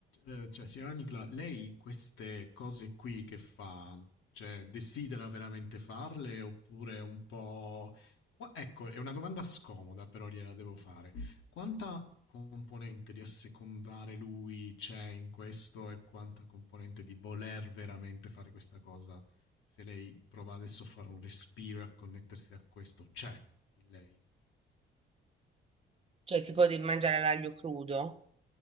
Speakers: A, on the left; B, on the right.
A: ehm, cioè signora Nicla, lei queste cose qui che fa, cioè desidera veramente farle oppure è un po' qua ecco, è una domanda scomoda, però gliela devo fare. Quanta componente di assecondare lui c'è in questo e quanta componente di voler veramente fare questa cosa? Se lei prova adesso a fare un respiro e a connettersi a questo, c'è in lei?
B: Cioè tipo di mangiare l'aglio crudo.